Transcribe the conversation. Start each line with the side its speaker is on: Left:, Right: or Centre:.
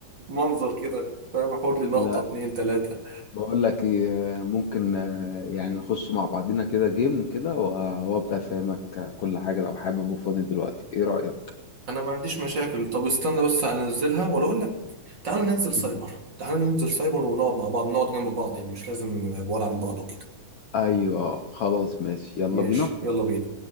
Right: فمنظر كده فاهم اخد لي لقطه
Left: لا
Right: اتنين تلاته
Left: بقول لك ايه ممكن آه، يعني نخش مع بعضينا كده جيم كده و- وابدا افهمك كل حاجه لو حابب وفاضي دلوقتي ايه رايك
Right: انا ما عنديش مشاكل طب استنى بس انزلها ولا اقول لك تعالى ننزل سايبر
Left: مم.
Right: تعالى ننزل سايبر ونقعد مع بعض نقعد جنب بعض يعني مش لازم بعاد عن بعض وكده
Left: ايوه خلاص ماشي يلا
Right: ماشي
Left: بينا
Right: يلا بينا